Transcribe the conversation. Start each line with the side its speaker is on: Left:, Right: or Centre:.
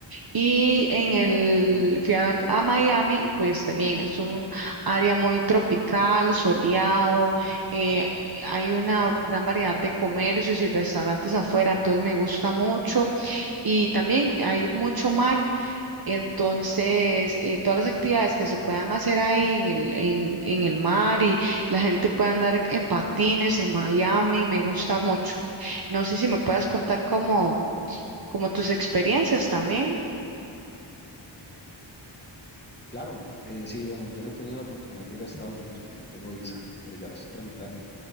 Right: Y en el, fui a, a Miami, y, pues también es un área muy tropical, soleado, eh, hay una gran variedad de comercios y restaurantes afuera, entonces me gusta mucho. Y también hay mucho mar. Entonces, eh, todas las actividades que se puedan hacer ahí en el, en, en el mar y la gente puede andar en patines en Miami, me gusta mucho. No sé si me puedas contar como, como tus experiencias también.
Left: Claro, eh, sí, bueno, yo no he tenido la oportunidad de ir a Estados Unidos porque no tengo visa, pero ya la estoy tramitando.